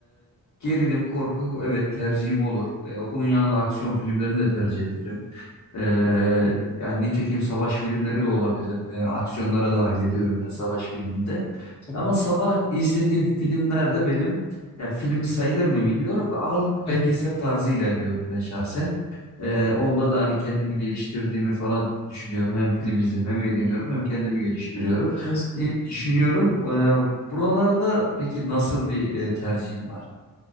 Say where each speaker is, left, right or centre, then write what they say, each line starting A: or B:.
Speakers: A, on the left; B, on the left.
A: Gerilim, korku evet tercihim olur. E, bunun yanında aksiyon filmlerini de tercih ederim. E, yani nitekim savaş filmleri de olabilir. E, aksiyonlara dahil ediyorum ben savaş filminde.
B: Tabii.
A: Ama sabah izlediğim filmlerde benim ya film sayılır mı bilmiyorum da ağırlıklı
B: <laughs>
A: belgesel tarzı ilerliyorum ben şahsen. E, onda da hani kendimi geliştirdiğimi falan düşünüyorum. Hem film izliyorum hem eğleniyorum hem kendimi geliştiriyorum
B: Kesinlikle.
A: diye düşünüyorum. E, buralarda peki nasıl bir e, tercihim var?